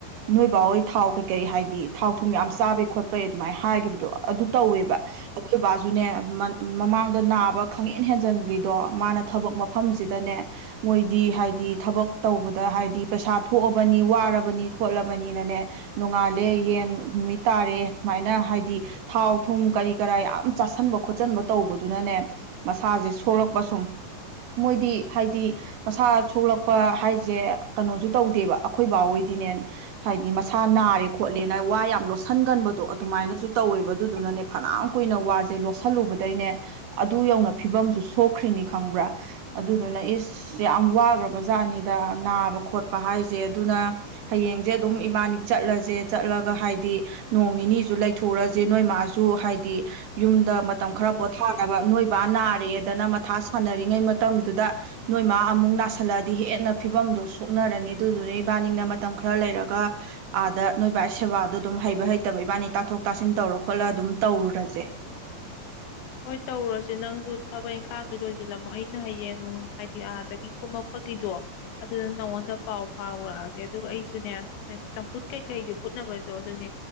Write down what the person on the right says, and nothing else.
ꯅꯣꯏꯕꯥꯍꯣꯏ ꯊꯥꯎ ꯀꯩꯀꯩ ꯍꯥꯏꯗꯤ ꯊꯥꯎ ꯊꯨꯝ ꯌꯥꯝ ꯆꯥꯕꯩ ꯈꯣꯠꯄꯩ ꯑꯗꯨꯃꯥꯏꯅ ꯍꯥꯏꯈꯤꯕꯗꯣ ꯑꯗꯨ ꯇꯧꯋꯦꯕ ꯑꯩꯈꯣꯏ ꯕꯥꯁꯨꯅꯦ ꯃꯃꯥꯡꯗ ꯅꯥꯕ ꯈꯪꯍꯦꯟ ꯍꯦꯟꯖꯟꯈ꯭ꯔꯤꯗꯣ ꯃꯥꯅ ꯊꯕꯛ ꯃꯐꯝꯁꯤꯗꯅꯦ ꯃꯣꯏꯗꯤ ꯍꯥꯏꯗꯤ ꯊꯕꯛ ꯇꯧꯕꯗ ꯍꯥꯏꯗꯤ ꯄꯩꯁꯥ ꯊꯣꯛꯑꯕꯅꯤ ꯋꯥꯔꯕꯅꯤ ꯈꯣꯠꯂꯕꯅꯤꯅꯅꯦ ꯅꯣꯡꯉꯥꯜꯂꯦ ꯌꯦꯟ ꯅꯨꯃꯤꯠ ꯇꯥꯔꯦ ꯁꯨꯃꯥꯏꯅ ꯍꯥꯏꯗꯤ ꯊꯥꯎ ꯊꯨꯝ ꯀꯔꯤ ꯀꯔꯥ ꯌꯥꯝ ꯆꯥꯁꯟꯕ ꯈꯣꯠꯆꯟꯕ ꯇꯧꯕꯗꯨꯅꯅꯦ ꯃꯁꯥꯁꯦ ꯁꯣꯛꯂꯛꯄ ꯁꯨꯝ ꯃꯣꯏꯗꯤ ꯍꯥꯏꯗꯤ ꯃꯁꯥ ꯁꯣꯛꯂꯛꯄ ꯍꯥꯏꯁꯦ ꯀꯩꯅꯣꯁꯨ ꯇꯧꯗꯦꯕ ꯑꯩꯈꯣꯏꯕꯥꯍꯣꯏꯗꯤꯅꯦ ꯍꯥꯏꯗꯤ ꯃꯁꯥ ꯅꯥꯔꯦ ꯈꯣꯠꯂꯦꯅ ꯋꯥ ꯌꯥꯝ ꯂꯣꯠꯁꯤꯟꯒꯟꯕꯗꯣ ꯑꯗꯨꯃꯥꯏꯅꯁꯨ ꯇꯧꯋꯦꯕ ꯑꯗꯨꯗꯨꯅꯅꯦ ꯐꯅꯌꯥꯝ ꯀꯨꯏꯅ ꯋꯥꯁꯦ ꯂꯣꯠꯁꯤꯜꯂꯨꯕꯗ ꯑꯗꯩꯅꯦ ꯑꯗꯨ ꯌꯧꯅ ꯐꯤꯕꯝꯁꯨ ꯁꯣꯛꯈ꯭ꯔꯤꯅꯤ ꯈꯪꯕ꯭ꯔꯥ ꯑꯗꯨꯗꯨꯅ ꯏꯁ ꯌꯥꯝ ꯋꯥꯈ꯭ꯔꯕ ꯖꯥꯠꯅꯤꯗ ꯅꯥꯕ ꯈꯣꯠꯄ ꯍꯥꯏꯁꯦ ꯑꯗꯨꯅ ꯍꯌꯦꯡꯁꯦ ꯑꯗꯨꯝ ꯏꯕꯥꯅꯤ ꯆꯠꯂꯁꯦ ꯆꯠꯂꯒ ꯍꯥꯏꯗꯤ ꯅꯣꯡ ꯅꯤꯅꯤꯁꯨ ꯂꯩꯊꯣꯛꯑꯁꯦ ꯅꯣꯏ ꯃꯥꯁꯨ ꯍꯥꯏꯗꯤ ꯌꯨꯝꯗ ꯇ ꯈꯔ ꯄꯊ ꯕ ꯅꯣꯏꯕꯥ ꯅꯥꯔꯦꯗꯅ ꯃꯊꯥ ꯁꯥꯟꯅꯔꯤꯉꯩ ꯃꯇꯝꯗꯨꯗ ꯅꯣꯏ ꯃꯥ ꯑꯃꯨꯛ ꯅꯥꯁꯤꯜꯂꯛꯑꯗꯤ ꯍꯦꯟꯅ ꯐꯤꯕꯝꯗꯣ ꯁꯣꯛꯅꯔꯅꯤ ꯑꯗꯨꯗꯨꯅ ꯏꯕꯥꯅꯤꯅ ꯃꯇꯝ ꯈꯔ ꯂꯩꯔꯒ ꯑꯥꯗ ꯅꯣꯏꯕꯥ ꯁꯦꯕꯥꯗꯣ ꯑꯗꯨꯝ ꯍꯩꯕ ꯍꯩꯇꯕ ꯏꯕꯥꯅꯤ ꯇꯥꯊꯣꯛ ꯇꯥꯁꯤꯟ ꯇꯧꯔ ꯈꯣꯠꯂ ꯑꯗꯨꯝ ꯇꯧꯔꯨꯔꯁꯦ